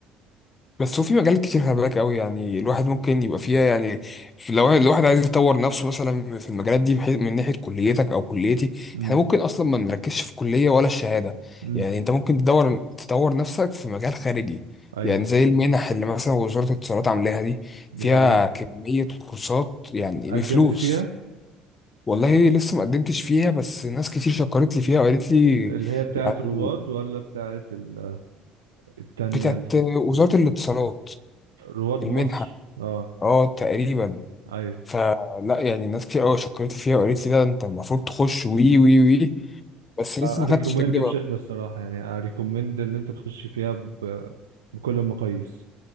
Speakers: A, on the left; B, on the right.
A: بس هو في مجالات كتير خلي بالك قوي يعني الواحد ممكن يبقى فيها يعني في- لو الواحد عايز يطور نفسه مثلا في المجالات دي بحيث من ناحيه كليتك او كليتي
B: امم
A: احنا ممكن اصلا ما نركزش في كليه ولا الشهاده
B: امم
A: يعني انت ممكن تدور تطور نفسك في مجال خارجي
B: ايوه
A: يعني زي المنح اللي مثلا وزاره الاتصالات عاملاها دي
B: دي
A: فيها
B: حقيقة
A: كميه كورسات يعني
B: قدمت
A: بفلوس
B: فيها
A: والله لسه ما قدمتش فيها بس ناس كتير شكرت لي فيها وقالت لي
B: اللي هي بتاعة
A: يعني
B: رواد ولا بتاعة ال- التانية
A: بتاعت
B: ال-
A: وزارة الاتصالات
B: رواد
A: المنحة
B: مصر اه
A: اه تقريبا
B: ايوه
A: فلا يعني ناس كتير قوي شكرت لي فيها وقالت لي لا انت المفروض تخش وي وي وي بس لسه ما
B: اريكومند
A: خدتش تجربة
B: بشدة الصراحة يعني اريكومند ان انت تخش فيها ب- بكل المقاييس